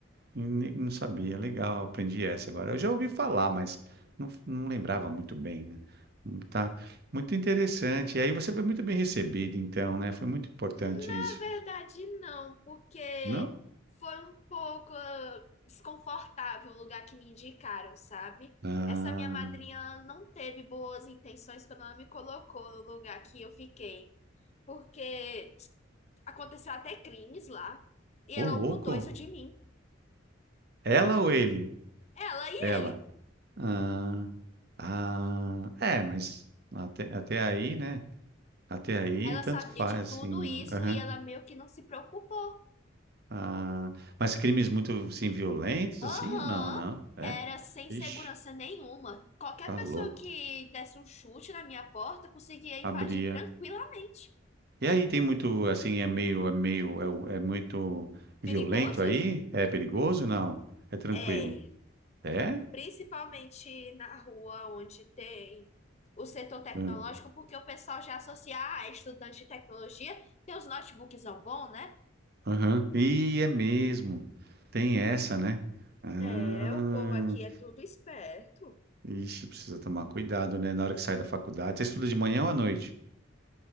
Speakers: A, on the right; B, on the left.
A: ne- não sabia. Legal, aprendi essa agora. Eu já ouvi falar, mas não, não lembrava muito bem, né? Hum, Tá. Muito interessante. E aí você foi muito bem recebido, então, né? Foi muito importante
B: Na
A: isso.
B: verdade, não, porque
A: Não?
B: foi um pouco ah, desconfortável o lugar que me indicaram, sabe?
A: Ah,
B: Essa minha madrinha não teve boas intenções quando ela me colocou no lugar que eu fiquei, porque aconteceu até crimes lá e
A: ô
B: ela
A: louco.
B: ocultou isso de mim.
A: Ela ou ele?
B: Ela e
A: Ela.
B: ele.
A: Ah. Ah, é, mas até, até aí, né? Até aí,
B: Ela
A: tanto
B: sabia
A: faz,
B: de
A: assim.
B: tudo isso
A: aham.
B: e ela meio que não se preocupou.
A: Ah, mas crimes muito, assim, violentos,
B: Aham,
A: assim, ou não, não? É?
B: era sem
A: Ixi,
B: segurança nenhuma. Qualquer
A: tá
B: pessoa
A: louco.
B: que desse um chute na minha porta conseguia invadir
A: Abria.
B: tranquilamente.
A: E aí, tem muito, assim, é meio, é meio, é, o- é muito violento
B: Perigoso?
A: aí? É perigoso? Não. É tranquilo.
B: É,
A: É?
B: principalmente na rua onde tem o setor tecnológico,
A: Ah,
B: porque o pessoal já associa a estudante de tecnologia, tem os notebooks bom, né?
A: Aham. E é mesmo. Tem essa, né? Ah.
B: É, o povo aqui é tudo esperto.
A: Ixi, precisa tomar cuidado, né? Na hora que sai da faculdade. Você estuda de manhã ou à noite?